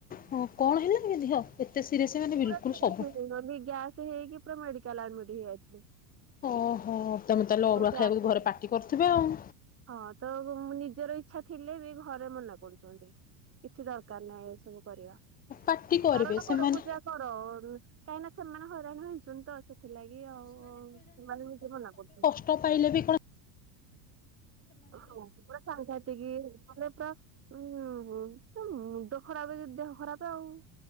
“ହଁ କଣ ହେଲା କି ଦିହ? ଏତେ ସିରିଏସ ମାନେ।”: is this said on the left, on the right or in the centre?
Left